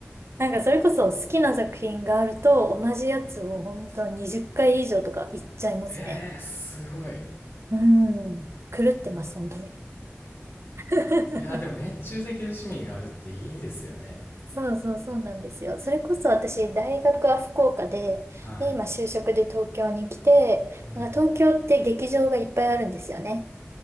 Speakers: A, on the right (about 70°); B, on the left (about 60°).
A: なんかそれこそ好きな作品があると同じやつを本当20回以上とか行っちゃいますね。
B: えー、すごい。<laughs>
A: うん。狂ってます、本当に。<laughs>
B: いやー、でも熱中できる趣味があるっていいですよね。
A: そうそうそうなんですよ。それこそ私、大学は福岡で、
B: うんはい。
A: で、今就職で東京に来て、
B: うん。
A: なんか東京って劇場がいっぱいあるんですよね。